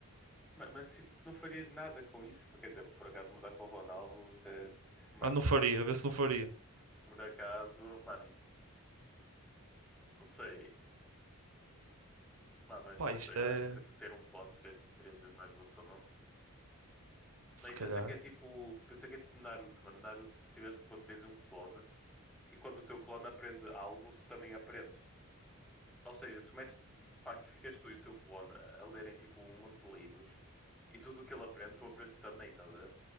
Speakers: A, in the centre; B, on the right.
A: ma- Mas eu sinto que não farias nada com isso. Mas, Quer dizer, por acaso mudar com o Ronaldo, até. até- Mano,
B: Ah, não faria, vê se não faria.
A: por acaso, mano, não sei. Ah, mas
B: Pá,
A: não
B: isto
A: sei,
B: é.
A: eu acho que ter um clone seria tipo três vezes mais útil, não? Não,
B: Se
A: E
B: calhar.
A: pensa que é tipo, pensa que é tipo Naruto, mano. Naruto, se tiveres quando tens um clone e quando o teu clone aprende algo, tu também aprendes. Ou seja, tu metes, faz que ficas tu e o teu clone a lerem tipo um monte de livros e tudo o que ele aprende, tu aprendes também, estás a ver?